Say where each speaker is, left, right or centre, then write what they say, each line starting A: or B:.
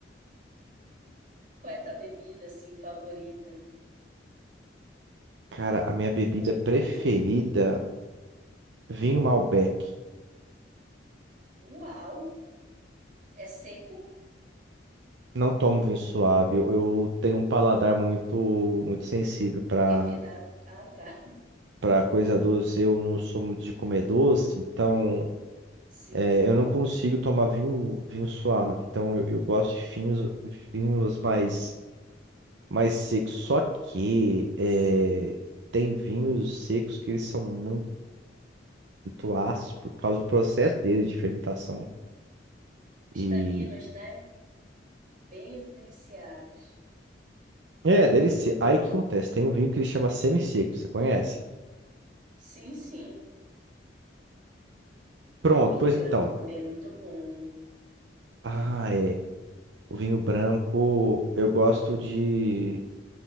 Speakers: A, on the right (about 45°); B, on the right (about 75°).
A: Qual é a tua bebida assim favorita?
B: Cara, a minha bebida
A: É
B: preferida,
A: um drink.
B: vinho Malbec.
A: Uau! É seco,
B: Não tomo vinho suave. Eu, eu tenho um paladar muito, muito sensível pra,
A: refinado. Ah, tá.
B: para coisa doce. Eu não sou muito de comer doce, então
A: Sim,
B: eh,
A: sim,
B: eu não consigo tomar vinho, vinho suave. Então eu, eu gosto de vinhos, vinhos mais mais seco. Só que
A: sim.
B: é, tem vinhos secos que eles são muito, muito ácidos por causa do processo deles de fermentação.
A: Os
B: E
A: taninos, né? Bem evidenciados.
B: é, deve ser. Aí o que acontece? Tem um vinho que ele chama semi-seco, você conhece?
A: Sim, sim.
B: Pronto,
A: Vinho
B: pois então.
A: branco também é muito bom.
B: Ah, é. O vinho branco, eu gosto de.